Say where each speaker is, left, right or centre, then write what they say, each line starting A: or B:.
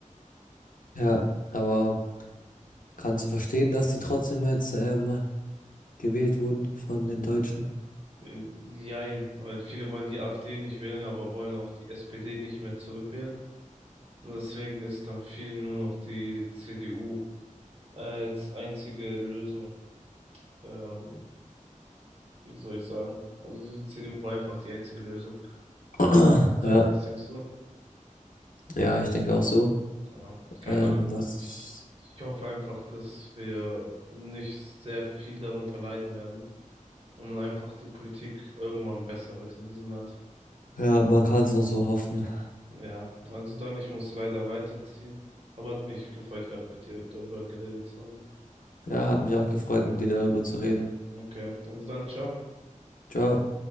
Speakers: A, on the left; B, on the right.
A: Ja, aber kannst du verstehen, dass die trotzdem jetzt ähm, gewählt wurden von den Deutschen?
B: Äh, jein, weil viele wollen die AfD nicht wählen, aber wollen auch die SPD nicht mehr zurückwählen. Und deswegen ist dann vielen nur noch die CDU als einzige Lösung. Ähm, wie soll ich sagen? Also die CDU war einfach die einzige Lösung.
A: <clears throat>
B: Das
A: Ja,
B: denkst du?
A: ja, ich denke auch so.
B: Ja, keine
A: Ähm,
B: Ahnung.
A: was,
B: Ich, ich hoffe einfach, dass wir nicht sehr viel darunter leiden werden und einfach die Politik irgendwann besser wird in diesem Land.
A: ja, man kann so so hoffen.
B: Ja, also dann, ich muss leider weiterziehen. Aber hat mich gefreut gehabt, mit dir darüber geredet zu haben.
A: Ja, hat mich auch gefreut, mit dir darüber zu reden.
B: Okay, also dann, ciao.
A: Ciao.